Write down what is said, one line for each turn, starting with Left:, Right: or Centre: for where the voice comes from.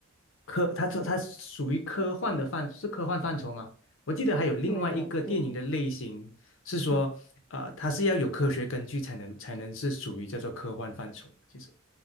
Left: 科，他他他属于科幻的范，是科幻范畴吗？我记得还有另外一个电影的类型是说，
Centre: 对的对的，嗯。
Left: 呃，它是要有科学根据才能才能是属于叫做科幻范畴的，其实。